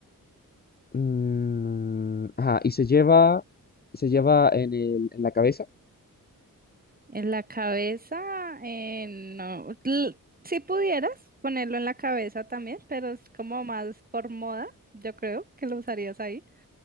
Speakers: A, on the left; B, on the right.
A: Mm, ajá, y se lleva, se lleva en el, en la cabeza.
B: En la cabeza, eh, no. L- Si pudieras ponerlo en la cabeza también, pero es como más por moda, yo creo que lo usarías ahí,